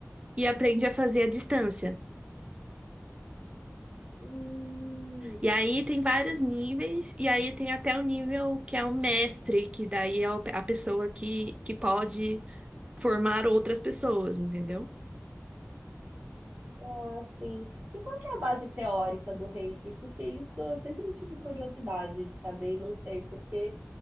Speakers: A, on the right; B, on the right.
A: e aprende a fazer à distância.
B: hum.
A: E aí tem vários níveis, e aí tem até o nível que é o mestre, que daí é o- a pessoa que, que pode formar outras pessoas, entendeu?
B: Ah, sim. E qual que é a base teórica do Reiki? Porque isso eu sempre tive curiosidade de saber e não sei, porque